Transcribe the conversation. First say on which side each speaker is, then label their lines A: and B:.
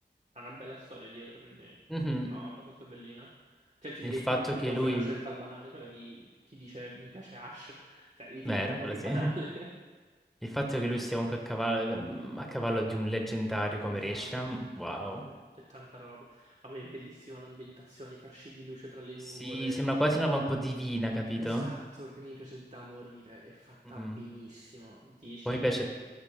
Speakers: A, on the right; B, in the centre.
A: ha una bella storia dietro, quindi...
B: Mhm.
A: No, è abbastanza bellina. Cioè, ti
B: Il
A: direi
B: fatto
A: più, piuttosto
B: che lui...
A: è una scelta banale, quella di chi dice mi piace Ash. Cioè, lì ti
B: Vero,
A: dico è un po'
B: quella
A: più
B: sì.
A: banale.
B: <laughs>
A: <laughs>
B: Il fatto che lui sia comunque a cavallo, a cavallo di un leggendario come
A: Esatto.
B: Reshiram, wow.
A: Mhm, E tanta roba. Ma poi è bellissima l'ambientazione, i fasci di luce tra le
B: Sì,
A: nuvole.
B: sembra quasi una roba un po' divina, capito?
A: Esatto, quindi mi piace da morire. È fatta
B: Mhm.
A: benissimo. 10
B: Poi mi piace